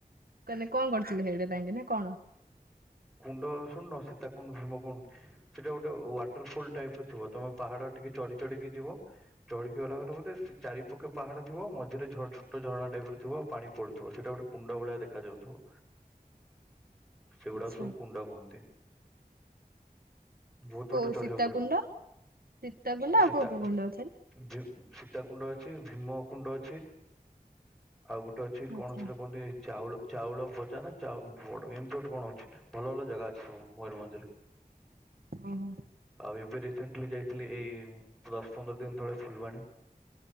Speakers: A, on the right; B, in the centre.
A: କନ୍ କଣ କରୁଥିଲେ ସେଇଠି ପାଇକିନା କଣ।
B: କୁଣ୍ଡ ଶୁଣିନ ସୀତାକୁଣ୍ଡ ଭୀମକୁଣ୍ଡ ସେଟା ଗୋଟେ ୱାଟରଫଲ୍ ଟାଇଫ୍ ର ଥିବ ତମେ ପାହାଡ ଟିକେ ଚଢ଼ି ଚଢ଼ିକି ଯିବ ଚଢ଼ିକି ଗଲାପରେ ଚାରିପକ୍ଷେ ପାହାଡ ଥିବ ମଝିରେ ଛୋଟ୍ ଛୋଟ ଝରଣା ଟାଇଫ୍ ର ଥିବ ପାଣି ପଡୁଥିବ ସେଇଟା ଗୋଟେ କୁଣ୍ଡ ଭଳିଆ ଦେଖାଯାଉଥିବ। ସେଇଗୁଟା।
A: ଆଚ୍ଛା।
B: କୁ କୁଣ୍ଡ କୁହନ୍ତି। ବହୁତ୍ ବାଟ
A: କୋଉ
B: ଚଢ଼ିବାକୁ
A: ସୀତାକୁଣ୍ଡ
B: ପଡିବ,
A: ସୀତାକୁଣ୍ଡ ଆଉ
B: ସୀତା
A: କୋଉ କୋଉ କୁଣ୍ଡ ଅଛି?
B: ଯ ସୀତା କୁଣ୍ଡ। ଅଛି ଭୀମକୁଣ୍ଡ ଅଛି। ଆଉ ଗୋଟେ ଅଛି
A: ଆଚ୍ଛା।
B: କଣ ସେଟା କହନ୍ତି ଚାଉଳ ଆଁ ଚାଉଳ ଭଜା ନା ଚଉ ବଡ୍ ଏମିତି ଗୋଟେ କଣ ଅଛି। ଭଲ ଭଲ ଜାଗା ଅଛି ସବୁ ମୟୂରଭଞ୍ଜରେ।
A: ଓହୋ
B: ଆଉ ଏବେ ରି ସେଣ୍ଟଲି ଯାଇଥିଲି ଏଇ ପ୍ଲସ୍ ପନ୍ଦର ଦିନ ତଳେ ଫୁଲବାଣୀ